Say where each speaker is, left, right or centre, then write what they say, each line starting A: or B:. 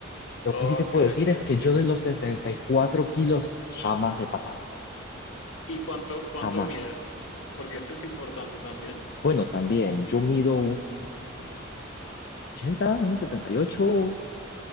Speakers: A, on the left; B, on the left.
A: Lo
B: Ok.
A: que sí te puedo decir es que yo de los 64 kilos jamás he pasado.
B: ¿Y cuánto, cuánto
A: Jamás.
B: mides? Porque eso es importante también.
A: Bueno, también, yo mido 1,80, 1,78.